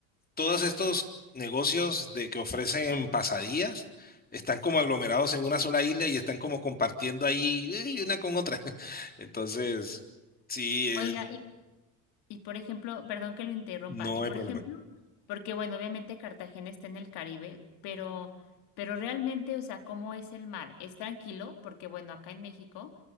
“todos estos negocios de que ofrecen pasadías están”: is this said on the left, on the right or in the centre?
Left